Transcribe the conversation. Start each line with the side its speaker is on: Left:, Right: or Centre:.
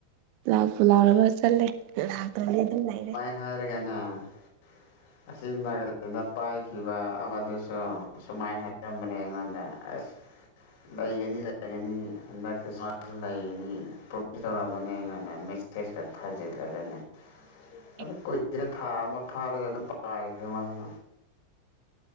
Right: ꯂꯥꯛꯄꯨ ꯂꯥꯛꯑꯕ꯫ ꯆꯠꯂꯦ ꯂꯥꯛꯇ꯭ꯔꯗꯤ ꯑꯗꯨꯝ ꯂꯩꯔꯦ꯫
Left: ꯍꯥꯏꯔꯒꯅ ꯑꯁꯤ <unintelligible> ꯑꯩꯅ ꯄꯥꯏꯈꯤꯕ ꯑꯃꯗꯨꯁꯨ ꯁꯨꯃꯥꯏꯅ ꯍꯥꯏꯖꯔꯝꯕꯅꯦ ꯑꯩꯉꯣꯟꯗ ꯑꯁ꯫ ꯂꯩꯒꯅꯤ ꯂꯩꯒꯅꯤ ꯍꯟꯗꯛ ꯈ꯭ꯔꯥꯏꯃꯥꯁ ꯂꯩꯒꯅꯤ ꯐꯣꯟꯁꯨ ꯇꯧꯔꯝꯕꯅꯦ ꯑꯩꯉꯣꯟꯗ ꯃꯦꯁꯦꯁ꯫ <unintelligible> ꯊꯥꯖꯤꯜꯂꯒꯅꯦ꯫
Right: <inaudible>
Left: ꯑꯗꯨꯝ ꯀꯨꯏꯈ꯭ꯔꯦꯗ ꯊꯥ ꯑꯃ ꯐꯥꯔꯦ ꯑꯗꯨꯝ ꯄꯥꯏꯈ꯭ꯔꯦ ꯃꯥꯁꯦ꯫